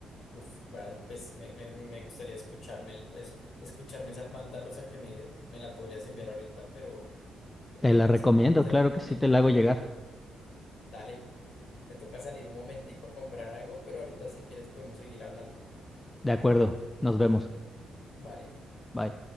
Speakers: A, on the left; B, on the left.
A: uf, vale, pues me, me, me gustaría escucharme, es- escucharme esa banda rosa que me dices, me la podrías enviar ahorita, pero qué pena,
B: Te la recomiendo,
A: es que me toca salir
B: claro
A: un momentico,
B: que sí, te la hago llegar.
A: dale, me toca salir un momentico a comprar algo, pero ahorita si quieres podemos seguir hablando,
B: De acuerdo, nos vemos.
A: vale.
B: Bye.